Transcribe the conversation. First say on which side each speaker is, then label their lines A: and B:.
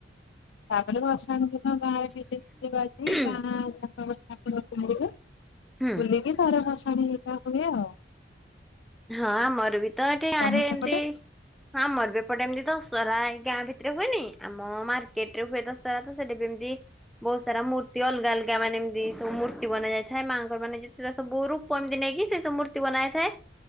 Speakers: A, on the left; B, in the centre.
A: ତାପରେ ବର୍ଷା ଦିଦିଙ୍କ ଗାଁ ରେ କିଏ ଦେଖିବାକୁ
B: ହୁଁ
A: ଆଇ ବି କଣ ଠାକୁର ଫାକୁର ବୁଲିବେ।
B: ହୁଁ।
A: ବୁଲିକି ତା ପରେ ଭସାଣି <unintelligible>
B: ହଁ ଆମର ବି ତ ଏଠି ଗାଁ
A: ତମ
B: ରେ ଏମିତି।
A: ସେପଟେ?
B: ଆମର ବି ଏପଟେ ଏମତି ଦଶହରା ଏଇ ଗାଁ ଭିତ ହୁଏନି। ଆମ ମାର୍କେଟରେ ହୁଏ ଦଶରା ତ ସେଟା ବି ଏମିତି ବହୁ ସାରା ମୂର୍ତ୍ତି ଆଲଗା ଅଲଗା ମାନେ ଏମିତି ଏସବୁ ମୂର୍ ମୂର୍ତ୍ତି ବନା ଯାଇଥାଏ ମାଙ୍କ ମାନେ ଯେତେ ସବୁ ରୂପ ଏମିତି ନେଇକି ସେ ସବୁ ମୂର୍ତ୍ତି ବନାଯାଇଥାଏ।